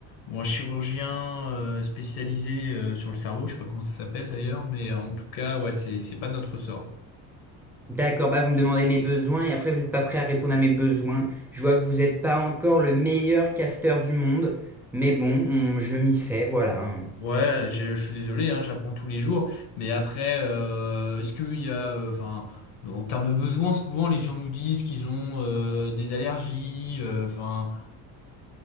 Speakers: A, on the left (about 85°); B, in the centre.
A: ou un chirurgien euh, spécialisé euh, sur le cerveau. Je sais pas comment ça s'appelle d'ailleurs, mais euh, en tout cas, ouais, c'est c'est pas de notre ressort.
B: D'accord, bah vous me demandez mes besoins et après vous n'êtes pas prêt à répondre à mes besoins. Je vois que vous n'êtes pas encore le meilleur casteur du monde, mais bon, on- je m'y fais, voilà. hein.
A: Ouais, je, je suis désolé, hein, j'apprends tous les jours. Mais après, euh, est-ce qu'il y a, euh, enfin, en termes de besoins, souvent les gens nous disent qu'ils ont euh, des allergies, euh, enfin,